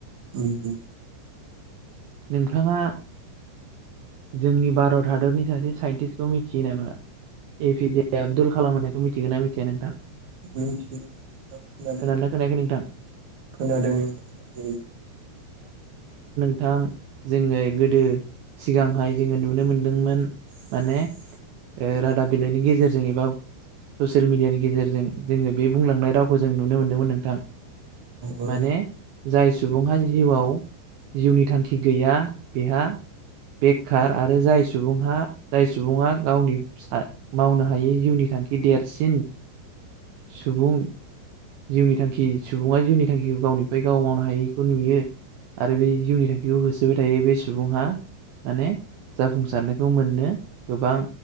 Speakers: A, on the right (about 40°); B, on the right (about 75°).
A: ओ ओ
B: नोंथाङा जोंनि भारत हादरनि सासे साइन्टिस्टखौ मिथियो नामा एपि जे आब्दुल कालाम होननायखौ मिथिगोन ना मिथिया नोंथां
A: मिनथियो <unintelligible>
B: खोनादोंना खोनायाखै नोंथां
A: खोनादों नोंथाङाै
B: नोथां जोङो गोदो सिगांहाय जोङो नुनो मोनदोंमोन माने ओ रादाब बिलाइनि गेजेरजों एबा ससियेल मिडियानि गेजेरजों जोङो बे बुंलांनाय रावखौ जों नुनो मोन्दोंमोन नोंथां।
A: उम
B: माने जाय सुबुंहा जिउआव जिउनि थांखि गैया। बिहा बेखार आरो जाय सुबुंहा जाय सुबुङा गावनि मावनो हायै जिउनि थांखि देरसिन सुबुं जिउनि थांखि सुबुङा जिउनि थांखिखौ गावनिफ्राय गाव मावनो हायैखौ नुयो। आरो बे जिउनि थांखिखौ होसोबाय थायो बे सुबुंहा माने जाफुंसारनायखौ मोननो गोबां